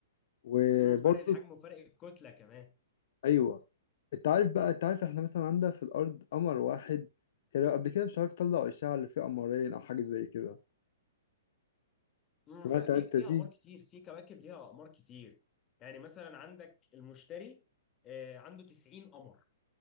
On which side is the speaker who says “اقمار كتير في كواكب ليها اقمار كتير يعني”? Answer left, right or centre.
Left